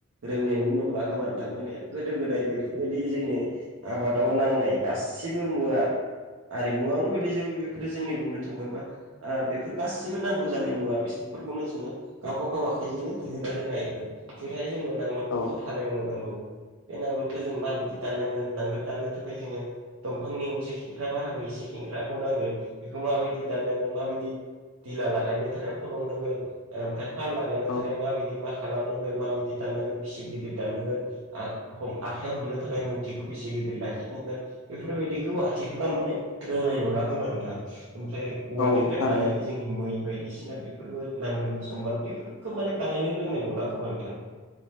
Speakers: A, on the right; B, on the left.
A: रोंनायनो नंला खोमाों थांमाने गोदो गोदाय बेफोरबायदि जोंनो आबादाव नांनाय गासैबो गासिबो मुवा आरिमुवायावनो गोगलैजोबो बेफोरो जोंनि बुंनो थाङोबा बेफोर गासिबो नांगौ जानाय मुवा बिसोर बेफोरखौनो जोङो गावबा गाव आखाइजोंनो दिहुनानै लायोमोन जेरैहाय जोंनो नांगोलफोरखौबो
B: औ
A: हालेवनो नांगौ बे नांगोलखौ जों माबायदि दाननांगोन नांगोल दाननो थाखाय जोङो दंफांनि उनसे खेंख्रा बाहागो एसे खेंख्राखौ नांगोन बेखौ मायदि माबादि दान्नांगोन, माबादि दिला लागायनो थाखाय फलंनांगोन, आमफ्राय फाल लागायनो
B: औ
A: माबायदि मा खालामनांगोन, माबायदि दाननांगोन, फिसिर गिदिर दाननांगोन आ खाइयाव हमनो थाखाय मुरथिखौ बेसे गिदिर लाखिनांगोन बेफोरबायदिखौ आथिखलाव माने रोंनाय नुला खोमा नोंथां ओमफ्राय औवानिफ्राय
B: औ थारैनो
A: बानायनाय जोंनि मै बायदि बिसिना बेफोरबो नांगोल जुंगाल बेफोरखौ माने बानायनो रोंनाय नंला खोमा नोंथां।